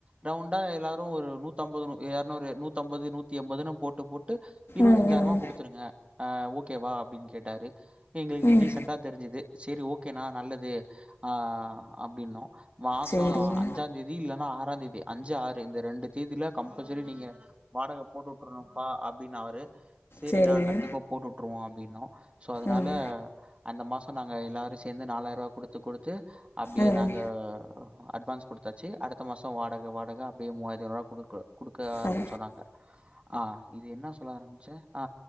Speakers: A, on the right (about 30°); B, on the left (about 65°).
A: ரவுண்டா எல்லாரும் ஒரு நூத்அம்பது, எறநூறு, நூத்தி அம்பது, நூத்தி எம்பதுன்னு போட்டு போட்டு... இருபத்தஞ்சாயிரமா
B: ம் ம்
A: குடுத்துருங்க ஆ ஓகேவா அப்டின்னு கேட்டாரு எங்களுக்கு
B: ம்.
A: டீசன்ட்டா தெரிஞ்சுது சேரி ஓகேண்ணா நல்லது ஆ அப்டின்னோ மாசோ
B: சேரிங்க.
A: அஞ்சா தே தி இல்லன்னா ஆறாந் தேதி அஞ்சு ஆறு இந்த ரெண்டு தேதில கம்பல்சரி நீங்க வாடக போட்டு வுட்டுருணும்ப்பா அப்டின்னு அவரு சேரிண்ணா
B: சேரிங்க.
A: கண்டிப்பா போட்டுட்டுருவோம் அப்டின்னோம், சோ அதனால
B: ம்
A: அந்த மாதம் நாங்க எல்லோரும் சேந்து நாலாயிரூவா குடுத்து, குடுத்து அப்டியே
B: ம்.
A: நாங்க அட்வான்ஸ் கொடுத் குடுத்தாச்சு அடுத்த மாசம் வாடக, வாடக அப்டியே மூவாயிரத்திஐநூறு ரூபா குடுக்க குடுக்க ஆரம்பிச்சோ
B: பர
A: நாங்க ஆ இது என்னா சொல்ல ஆரம்பிச்சே ஆ